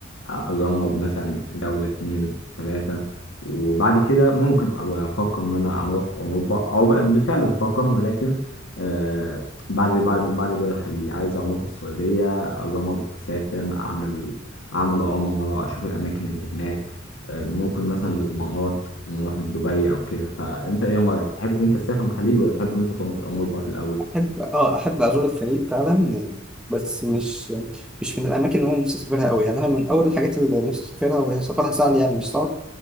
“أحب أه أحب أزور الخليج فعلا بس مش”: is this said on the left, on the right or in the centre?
Centre